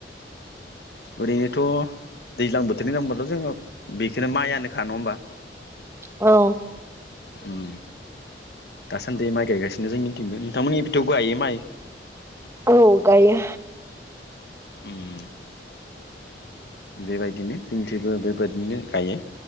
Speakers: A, on the left (about 65°); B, on the right (about 15°).
A: ओरैनोथ' दैज्लां बोथोरनि नामबाथ' जोंङो बेखौनो माइआनोखा नङा होमबा?
B: औ
A: उम दासान्दि माइ गायगासिनो जों निथिंबो नोंथांमोननि थिंबोथ गायो माइ
B: औ गायो।
A: उम बेबायदिनो जनिथिबो बेबायदिनो गायो।